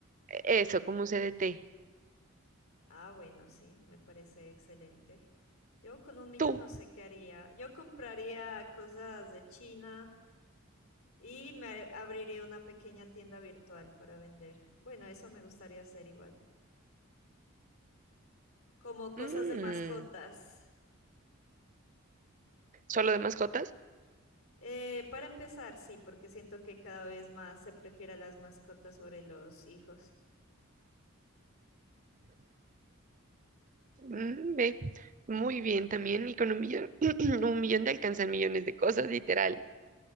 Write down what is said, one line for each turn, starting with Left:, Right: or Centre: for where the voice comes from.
Right: e-, eso, como un CDT.
Left: Ah, bueno, sí, me parece excelente. Yo con un millón
Right: Tú.
Left: no sé qué haría. Yo compraría cosas de China y me abriría una pequeña tienda virtual para vender. Bueno, eso me gustaría hacer igual. Como cosas
Right: Mm,
Left: de mascotas.
Right: ¿solo de mascotas?
Left: Eh, para empezar, sí, porque siento que cada vez más se prefiere a las mascotas sobre los hijos.
Right: Mm, ve. Muy bien también, economía. <clears throat> Un millón te alcanzan millones de cosas, literal.